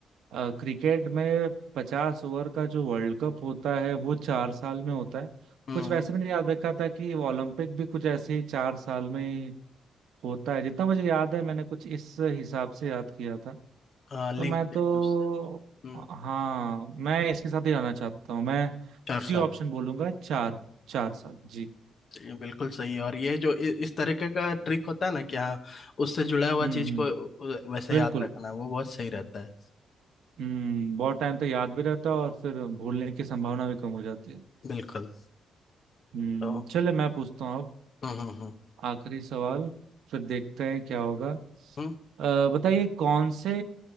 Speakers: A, on the right; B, on the left.
A: अ, क्रिकेट में पचास ओवर का जो वर्ल्ड कप होता है वो चार साल में होता है
B: हम्म
A: कुछ वैसे मैंने याद रखा था कि वो ओलंपिक भी कुछ ऐसे ही चार साल में ही होता है जितना मुझे याद है मैंने कुछ इस हिसाब से याद किया था
B: हाँ लिंक
A: तो मैं
B: करके
A: तो
B: उससे हम्म
A: हाँ मैं इसके साथ ही जाना चाहता हूँ मैं
B: चार साल
A: सी ऑप्शन बोलूंगा चार चार साल जी
B: ये बिल्कुल सही है और ये जो इ, इस तरीके का ट्रिक होता है ना कि हाँ उससे जुड़ा हुआ
A: हम्म
B: चीज
A: हम्म
B: को उ- वैसे
A: बिल्कुल
B: याद रखना वो बहुत सही रहता है
A: हम्म बहुत टाइम तक याद भी रहता है और फिर भूलने की संभावना भी कम हो जाती है
B: बिल्कुल
A: हम्म
B: तो
A: चले मैं पूछता हूँ अब
B: हम्म हम्म हम्म
A: आखिरी सवाल फिर देखते हैं क्या होगा
B: हम्म
A: अ, बताइए कौन से